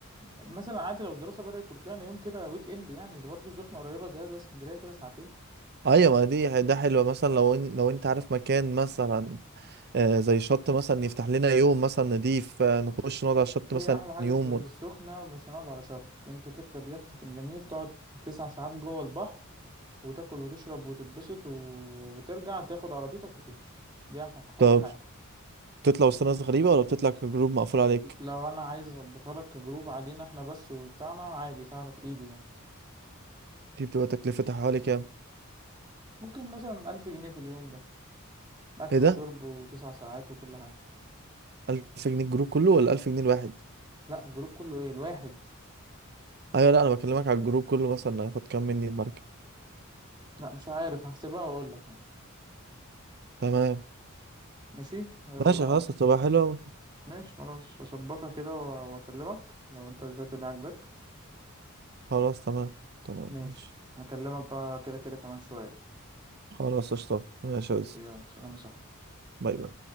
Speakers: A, on the right; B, on the right.
A: مثلا عادي لو الدراسة بدأت وطلعنا يوم كده ويك إند يعني ده برضو السخنة قريبة زي زي اسكندرية كده ساعتين
B: أيوة ما دي ده حلوة مثلا لو إن... لو أنت عارف مكان مثلا آه زي شط مثلا يفتح لنا يوم مثلا نضيف آه نخش نقعد على الشط
A: هي
B: مثلا
A: أحلى حاجة
B: يوم
A: في السخنة
B: و...
A: مش هنقعد على شط أنت تركب يختك الجميل تقعد تسع ساعات جوه البحر وتاكل وتشرب وتتبسط و- وترجع تاخد عربيتك وتمشي دي أح-
B: طب
A: احلى حاجة
B: بتطلع وسط ناس غريبة ولا بتطلع كجروب مقفول عليك؟
A: لو انا عايز اظبطها لك كجروب علينا احنا بس وبتاعنا عادي سهلة في ايدي يعني
B: دي بتبقى تكلفتها حوالي كام؟
A: ممكن مثلا ألف جنيه في اليوم ده اكل
B: إيه ده؟
A: وشرب وتسع ساعات وكل حاجة
B: 1000 جنيه الجروب كله ولا 1000 جنيه الواحد
A: لا الجروب كله ايه الواحد
B: ايوه لا انا بكلمك على الجروب كله مثلا هياخد كام مني المركب
A: لا مش عارف هحسبها واقول لك يعني
B: تمام
A: ماشي يلا
B: ماشي خلاص هتبقى حلوة أوي.
A: ماشي خلاص اظبطها كده و- واكلمك لو انت الفكرة دي عاجباك
B: خلاص تمام تمام
A: ماشي
B: ماشي
A: هكلمك بقى كده كده كمان شوية
B: خلاص اشطب ماشي يا وزي.
A: يلا سلام يا صاحبي
B: باي باي